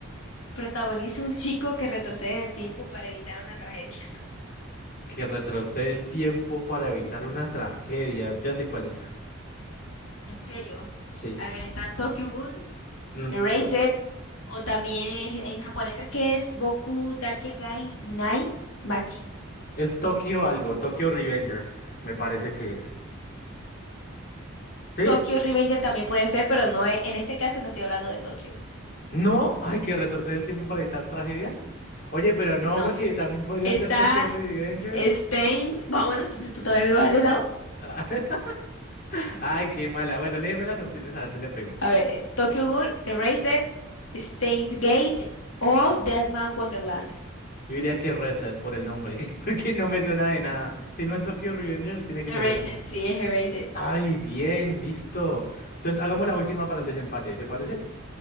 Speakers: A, on the left; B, on the left.
A: protagoniza un chico que retrocede en el tiempo para evitar una tragedia? <laughs>
B: Que retrocede el tiempo para evitar una tragedia. Ya sé cuál es.
A: En serio.
B: Sí.
A: A ver, está Tokyo Ghoul,
B: Mm,
A: Erased, o también en japonés creo que es Boku Dakegai Nai Machi.
B: Es Tokio algo, Tokio Revengers, me parece que es. ¿Sí?
A: Tokyo Revenger también puede ser, pero no es, en este caso no estoy hablando de Tokio.
B: ¿No? Ay, que retrocede el tiempo para evitar tragedias. Oye, pero no,
A: No.
B: porque también podría
A: Está
B: ser Tokyo Revengers.
A: Stains. Bueno, bueno, tú, tú todavía me vale la
B: Ah, <laughs> Ay, qué mala. Bueno, léeme las opciones a ver si le pego.
A: A ver, eh, Tokyo Ghoul, Erased, Steins Gate o Deadman Wonderland.
B: Yo diría que Reset por el nombre, <laughs> porque no me suena de nada. Si no es Tokyo Revengers, tiene que
A: Erased,
B: ser esa.
A: sí, es Erased.
B: Ay, bien, listo. Entonces, hagamos la última para el desempate, ¿te parece?